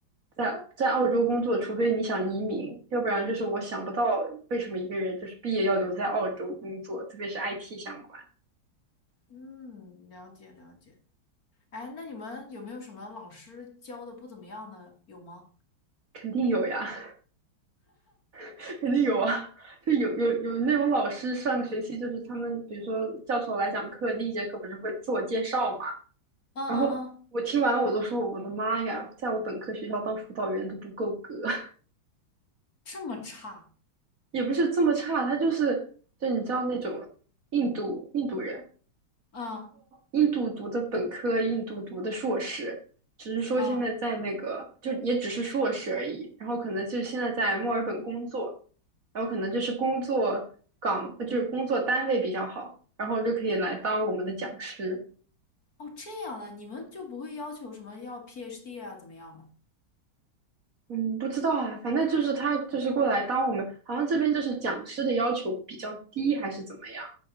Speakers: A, on the right; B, on the left.
A: 在在澳洲工作，除非你想移民，要不然就是我想不到为什么一个人就是毕业要留在澳洲工作，特别是 IT 相关，
B: 嗯，了解了解。哎，那你们有没有什么老师教的不怎么样的？有吗？
A: 肯定有呀，<laughs> 肯定有啊，就有有有那种老师上个学期就是他们，比如说教授来讲课，第一节课不是会自我介绍嘛，
B: 嗯嗯嗯，
A: 然后我听完我都说我的妈呀，在我本科学校当辅导员都不够格，<laughs>
B: 这么差，
A: 也不是这么差，他就是就你知道那种印度印度人。
B: 嗯
A: 印度读的本科，印度读的硕士，只是说现在在那个，
B: 嗯，
A: 就也只是硕士而已。然后可能就现在在墨尔本工作，然后可能就是工作岗，呃就是工作单位比较好，然后就可以来当我们的讲师。
B: 哦，这样的，你们就不会要求什么要 PhD 啊，怎么样的？
A: 嗯，不知道啊，反正就是他就是过来当我们，好像这边就是讲师的要求比较低，还是怎么样？